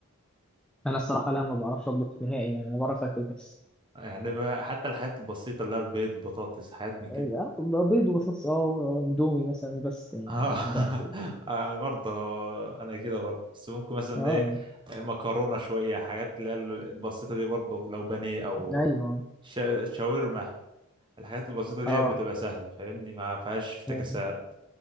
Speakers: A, in the centre; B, on the right.
A: انا الصراحه لا ما بعرفش اطبخ نهائي يعني انا بعرف اكل بس
B: يعني ما- حتى الحاجات البسيطه اللي هي البيض البطاطس حاجات من كده
A: آه، بيض وصوص اه واندومي مثلا بس يعني
B: اه
A: ده ده اخري
B: <laughs> آه، برضه لو- انا كده برضه بس ممكن مثلا
A: اه
B: ايه مكرونه شويه حاجات اللي هي البسيطه دي برضه لو بانيه او
A: ايوه
B: شا- شاورما الحاجات البسيطه دي
A: اه
B: بتبقى سهله فاهمني ما فيهاش افتكاسات
A: آه.